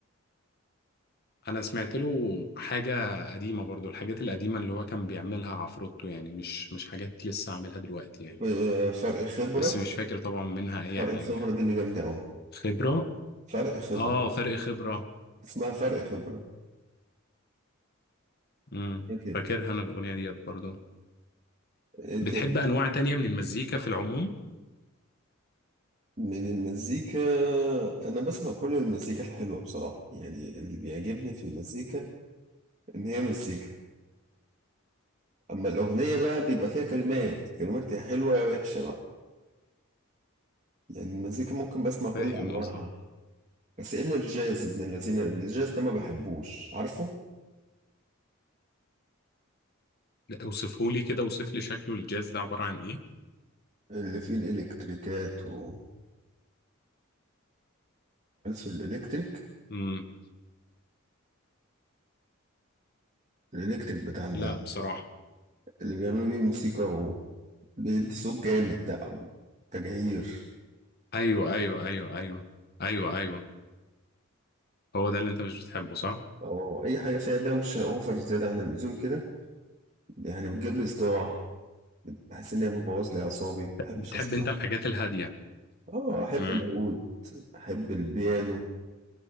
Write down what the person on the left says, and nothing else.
انا سمعت له حاجة قديمة برضو الحاجات القديمة اللي هو كان بيعملها عفروتو يعني مش مش حاجات لسه عاملها دلوقتي يعني
بس مش فاكر طبعا منها اي
حاجة
خبرة
اه فرق خبرة
امم
فاكرها انا الاغنية ديت برضو
بتحب
انواع تانية من المزيكا في العموم
فاهم
قصدك
لا، اوصفهولي كده اوصف لي شكله الجاز ده عبارة عن ايه
امم
لا بصراحة
ايوه ايوه ايوه ايوه ايوه ايوه هو ده اللي انت مش بتحبه صح
بتحب
انت الحاجات الهادية
امم